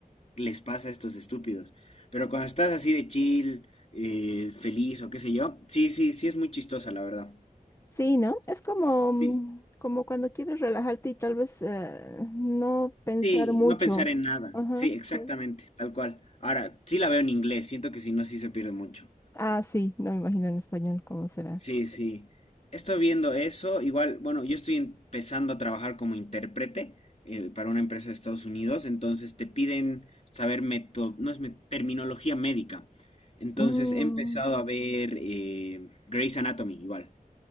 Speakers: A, on the left; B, on the left.
A: les pasa a estos estúpidos. Pero cuando estás así de chill, eh, feliz o qué sé yo, sí, sí, sí es muy chistosa, la verdad.
B: Sí, ¿no? Es como,
A: Sí.
B: mm, como cuando quieres relajarte y tal vez eh, no pensar
A: Sí,
B: mucho.
A: no pensar en nada.
B: Ajá,
A: Sí, exactamente,
B: sí.
A: tal cual. Ahora, sí la veo en inglés, siento que si no, sí se pierde mucho.
B: Ah, sí, no me imagino en español cómo será.
A: Sí, sí. Estoy viendo eso. Igual, bueno, yo estoy empezando a trabajar como intérprete eh, para una empresa de Estados Unidos, entonces te piden saber meto- no es me- terminología médica. Entonces
B: Mm,
A: he empezado a ver eh, Grey's Anatomy, igual.